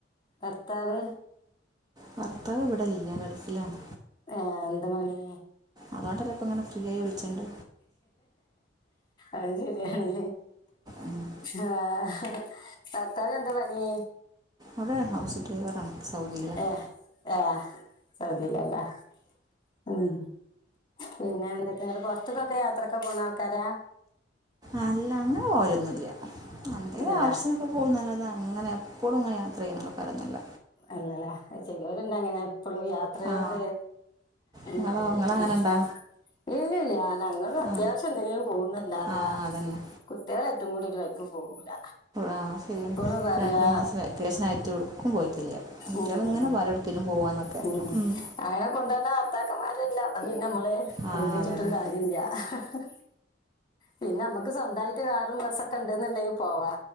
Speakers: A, on the left (about 25°); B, on the right (about 20°).
A: ഭർത്താവ്
B: ഭർത്താവ് ഇവിടെ ഇല്ല ഗൾഫിലാണ്
A: ഏഹ് എന്താ പണി
B: അതുകൊണ്ടല്ല ഇപ്പൾ ഇങ്ങനെ ഫ്രീ ആയി വിളിച്ചട്ടുണ്ട്
A: അയ് ശരിയാണ്
B: ഉം.
A: ആഹ് ഭർത്താവിനെന്താ പണീ?
B: അവിടെ ഹൗസ് ഡ്രൈവറാണ് സൗദിയിലാണ്
A: ഏഹ് ഏഹ് സൗദിലാല്ലെ. ഉം പിന്നെ എന്തൊക്കെയാ ഇങ്ങട്ട് പൊർത്ത്ക്കൊക്കെ യാത്രക്കെ പോണ ആൾക്കാരാ?
B: അല്ല, അങ്ങനെ പോവലൊന്നുല്ല. എന്തേലും
A: അല്ലല്ലേ
B: ആവശ്യങ്ങ്ക്ക് പോവുന്നല്ലാതെ അങ്ങനെ എ പ്പളുങ്ങനെ യാത്രയ്യ്ണ ആൾക്കാരൊന്നല്ല.
A: അല്ലല അഹ് ചെയ്ലോല്ണ്ട് അങ്ങനെ എപ്പളു യാത്രനോട്‌
B: ആ
A: അയ്നുള്ളവര്
B: നിങ്ങളോ നിങ്ങളങ്ങനെ
A: ആഹ്
B: ഉണ്ടോ
A: ഇല്ലല്ല ഞങ്ങള് അത്യാവശ്യം
B: ആ
A: എന്തിനേം പോവുന്നല്ലാതാ
B: ആ അതന്നെ
A: കുട്ടിളെ ട്ടും കൂടി ഒരു വഴിക്ക് പോവൂല
B: ആ അഹ് ശെരിയാ
A: ഇപ്പളും പറയാ
B: രണ്ടു മാസം വെക്കേഷൻ ആയിട്ട് ഒട്ക്കും പോയിട്ടില്ല. കുട്ടികളിങ്ങനെ
A: ഓഹ്
B: പറയും എവിടേക്കേലും പോവാന്നൊക്കെ
A: മ്
B: ഉം.
A: അങ്ങനെ കൊണ്ടോണ വർത്താക്കന്മാരു അല്ല അപ്പ പിന്നെ നമ്മ ള്
B: ആ
A: പൂതിയെച്ചിട്ടും
B: അതന്നെ
A: കാര്യല്ല. ഇഹ് ഇഹ് പിന്നെ അമ്മക്ക് സ്വന്തായിട്ട് കാറും ബസ്സൊക്കെ ഇണ്ട്ന്ന്ണ്ടെങ്കി പോവാ.